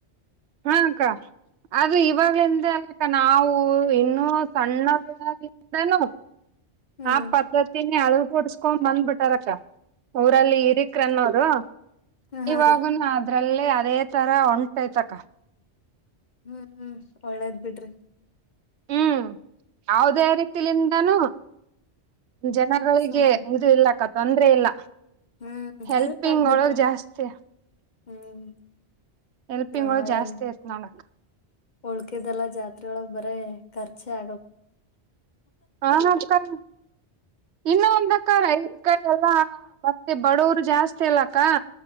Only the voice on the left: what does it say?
ಹ್ಮ್
ಹ ಹಾ
ರೀ
ಹ್ಮ್ ಒಳ್ಳೇದ್ ಬಿಡ್ರಿ
ಸುಮ್
ಹ್ಮ್
ಹೆಲ್ಪ್ ಆಗ್ಬೇಕು
ಹ್ಮ್
ನಾವ
ಏನ್
ಉಳ್ಕದಲ್ಲ ಜಾತ್ರೆೊಳಗ್ ಬರ್ ಖರ್ಚೆ ಆಗ